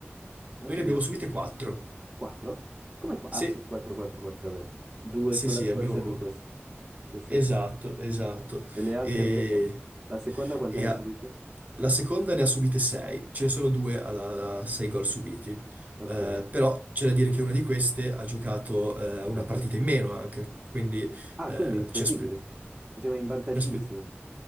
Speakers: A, on the right; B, on the right.
A: Noi
B: Noi
A: ne
B: ne
A: abbiamo
B: abbiamo
A: subite
B: subite 4.
A: quattro? Come qua? Ah
B: Sì,
A: sì, 4, 4, 4, è vero. Due
B: sì,
A: quella
B: sì,
A: scorsa
B: abbiamo.
A: e due queste. Sì, sì,
B: Esatto,
A: sì, sì.
B: esatto.
A: E le altre
B: E,
A: invece? La seconda quante
B: e
A: ne ha
B: a-
A: subite?
B: la seconda ne ha subite 6, ce ne sono due a, 6 gol subiti.
A: Ok,
B: Eh, però c'è da dire che una di queste ha giocato eh, una
A: una
B: partita
A: per...
B: in meno anche, quindi
A: Ah,
B: eh,
A: quindi incredibile.
B: ci aspe-
A: Ci siamo in vantaggissimo.
B: ci aspe-